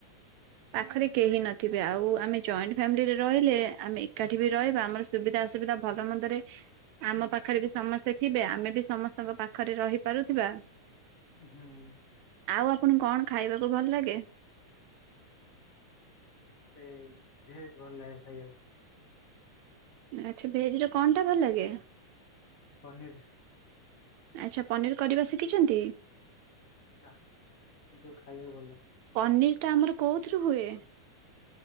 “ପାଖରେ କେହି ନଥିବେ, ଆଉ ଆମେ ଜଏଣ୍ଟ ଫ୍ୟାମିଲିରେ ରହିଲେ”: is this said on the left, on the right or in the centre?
Right